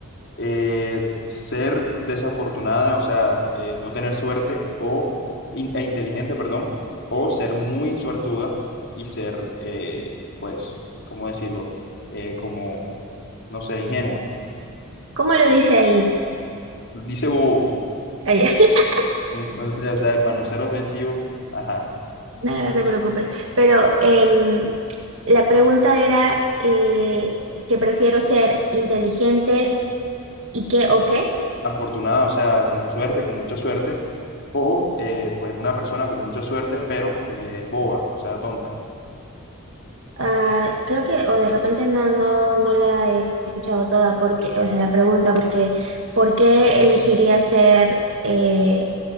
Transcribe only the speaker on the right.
¿Cómo lo dice ahí?
Ahí. <laughs>
Nada, no te preocupes, pero em, la pregunta era eh, que prefiero ser inteligente y qué o qué.
Ah, creo que, o de repente no, no, no la he escuchado toda, porque, o sea, la pregunta, porque, ¿por qué elegiría ser eh,